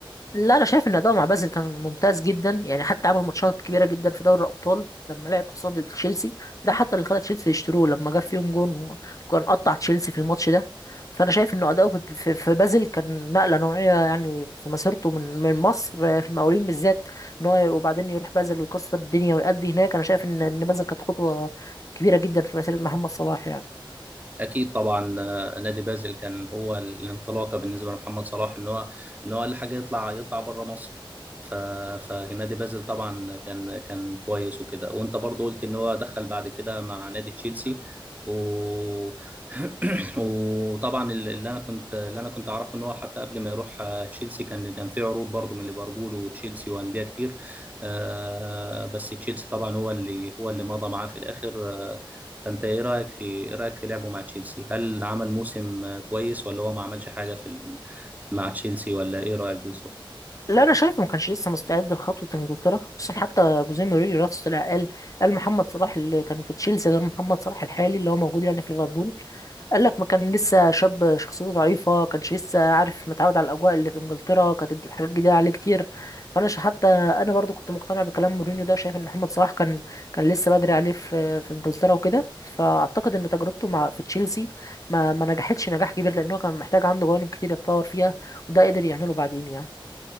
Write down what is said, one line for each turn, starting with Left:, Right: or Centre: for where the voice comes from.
Left: لا انا شايف ان اداؤه مع بازل كان ممتاز جدا يعني حتى عمل ماتشات كبيره جدا في دوري الابطال لما لعب خصوصا ضد تشيلسي ده حتى اللي خلى تشيلسي يشتروه لما جاب فيهم جون هو كان قطع تشيلسي في الماتش ده فانا شايف انه اداؤه في في- في بازل كان نقله نوعيه يعني في مسيرته من من مصر في المقاولين بالذات ان هو وبعدين يروح بازل ويكسر الدنيا ويأدي هناك انا شايف ان ان بازل كانت خطوه كبيره جدا في مسيره محمد صلاح يعني
Right: اكيد طبعا آه، نادي بازل كان هو الانطلاقه بالنسبه لمحمد صلاح ان هو ان هو اقل حاجه يطلع يطلع بره مصر ف فنادي بازل طبعا كان كان كويس وكده وانت برضو قلت ان هو دخل بعد كده مع نادي تشيلسي و... <coughs> <clears throat> وطبعا اللي انا كنت اللي انا كنت اعرفه ان هو حتى قبل ما يروح آه، تشيلسي كان كان في عروض برضو من ليفربول وتشيلسي وانديه كتير آه، بس تشيلسي طبعا هو اللي هو اللي مضى معاه في الاخر آه، فانت ايه رايك في ايه رايك في لعبه مع تشيلسي هل عمل موسم آه، كويس ولا هو ما عملش حاجه في ال... مع تشيلسي ولا ايه رايك بالظبط
Left: لا انا شايف ما كانش لسه مستعد لخطوه انجلترا خصوصا حتى جوزيه مورينيو نفسه طلع قال قال محمد صلاح اللي كان في تشيلسي غير محمد صلاح الحالي اللي هو موجود يعني في ليفربول قال لك ما كان لسه شاب شخصيته ضعيفه كانش لسه عارف متعود على الاجواء اللي في انجلترا كانت الحاجات جديده عليه كتير فانا ش- حتى انا برضو كنت مقتنع بكلام مورينيو ده شايف ان محمد صلاح كان كان لسه بدري عليه في في انجلترا وكده فاعتقد ان تجربته مع في تشيلسي ما ما نجحتش نجاح كبير لان هو كان محتاج عنده جوانب كتير يتطور فيها وده قدر يعمله بعدين يعني